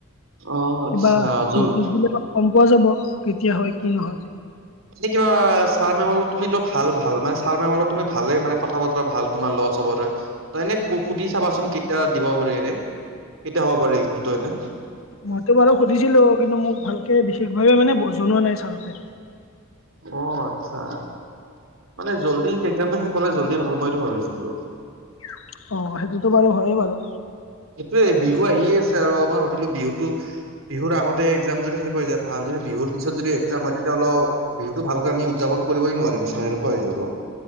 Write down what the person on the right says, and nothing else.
অ আচ্ছা
জল
এ কিবা ছাৰ মেমলত তুমিতো ভাল ভাল মানে ছাৰ মেমত তুমি ভালে মানে কথা বতৰা ভাল তোমাৰ লছ চবৰে ত এনে সুধি চাবাচোন কেতিয়া দিব পাৰে ৰে। কেতিয়া হব পাৰে একজামটো এনে।
অ আত্চ্ছা। মানে জল্দি একজামটো শেষ হলে জল্দি ভাল মই এইটো ভাবিছিলো।
এইটোৱে বিহু আহিয়ে আছে আৰ মই ভাবিলো বিহুতো বিহুৰ আগতে একজাম যদি শেষ হৈ যায় ভাল যদি বি বিহুৰ পিছত যদি একজাম হয় তেতিয়া অলপ বিহুতো ভালকে আমি উদযাপন কৰিবই নোৱাৰিম চোন এনেকুৱা হৈ যাব।